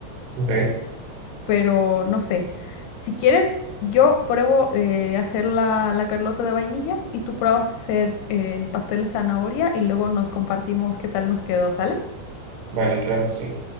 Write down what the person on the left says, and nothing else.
pero no sé. Si quieres, yo pruebo eh, hacer la, la carlota de vainilla y tú pruebas hacer eh, el pastel de zanahoria y luego nos compartimos qué tal nos quedó, ¿sale?